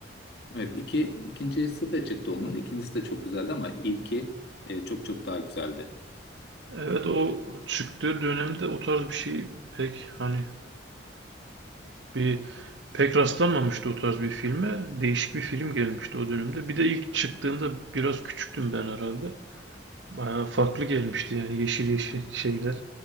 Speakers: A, on the left; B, on the right.
A: Evet, iki, ikincisi de çıktı onun. İkincisi de çok güzeldi ama ilki eee, çok çok daha güzeldi.
B: Evet o çıktığı dönemde o tarz bir şey pek hani bir pek rastlanmamıştı o tarz bir filme. Değişik bir film gelmişti o dönemde. Bir de ilk çıktığında biraz küçüktüm ben herhalde. Bayağı farklı gelmişti yani yeşil yeşil şeyler.